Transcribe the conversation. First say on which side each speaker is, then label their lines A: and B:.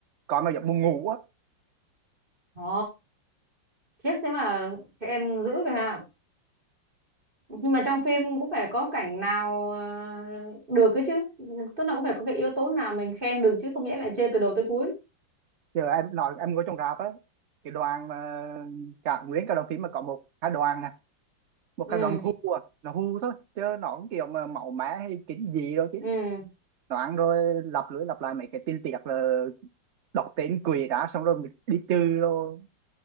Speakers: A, on the right; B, on the right.
A: coi mà giống buồn ngủ á
B: Ồ, khiếp thế mà khen dữ vậy hả? nhưng mà trong phim cũng phải có cảnh nào ờ, được cái chứ tức là cũng phải có cái yếu tố nào mình khen được chứ không nghĩa lại chê từ đầu tới cuối
A: giờ em nói em ngồi trong rạp á cái đoàn mà cả nguyên cả đoàn phim mà có một hai đoàn nè một
B: ừ
A: hai đoàn hu à nó hu thôi chứ nó cũng kiểu mà màu mã hay kính gì đâu chứ
B: ừ
A: Loạn rồi lặp lưỡi lặp lại mấy cái tin tiệc là đọc tên quỷ đã xong rồi mình đi trừ rồi